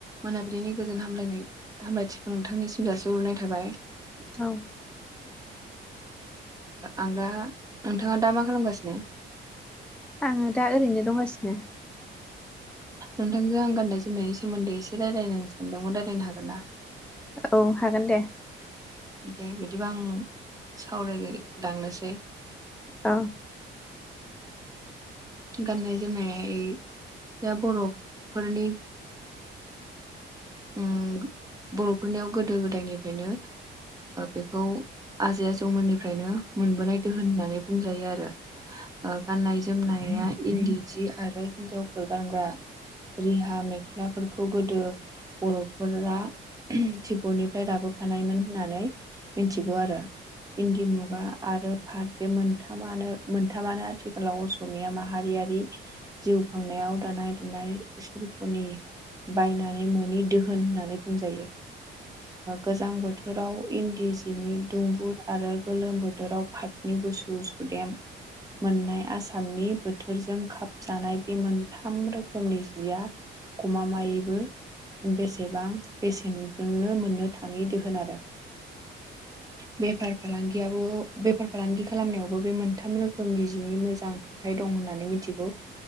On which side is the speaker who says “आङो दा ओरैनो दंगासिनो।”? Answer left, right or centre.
Centre